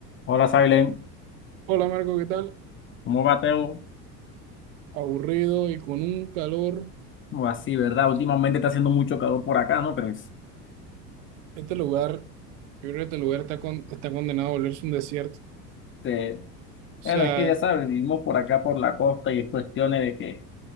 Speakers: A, on the left; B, on the right.
A: Hola, Silent.
B: Hola Marco, ¿qué tal?
A: ¿Cómo va, Teo?
B: Aburrido y con un calor.
A: ¿Cómo va? Sí, ¿verdad? Últimamente está haciendo mucho calor por acá, ¿no crees?
B: Este lugar, yo creo que este lugar está, con- está condenado a volverse un desierto.
A: Este,
B: O sea,
A: bueno, es que ya sabes, vivimos por acá por la costa y es cuestiones de que